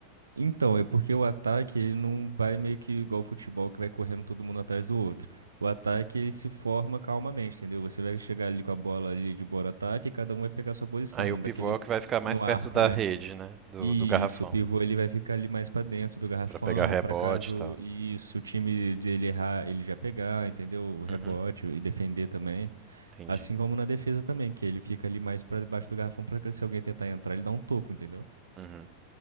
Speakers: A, on the right (about 75°); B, on the right (about 25°).
A: Então, é porque o ataque ele não vai meio que igual o futebol que vai correndo todo mundo atrás do outro. O ataque ele se forma calmamente, entendeu? Você vai chegar ali com a bola ali de bora ataque e cada um vai pegar a sua posição,
B: Aí o pivô
A: daquele
B: é o que vai ficar mais
A: no arco,
B: perto da
A: né?
B: rede, né, do,
A: Isso,
B: do garrafão,
A: o pivô ele vai ficar ali mais pra dentro do garrafão,
B: Pra pegar rebote
A: pra caso
B: e tal. né?
A: isso, se o time dele errar, ele já pegar, entendeu? O rebote
B: Uhum,
A: e defender também,
B: entendi.
A: assim como na defesa também, que ele fica ali mais pra debaixo do garrafão para se alguém tentar entrar, ele dá um toco, entendeu?
B: Uhum,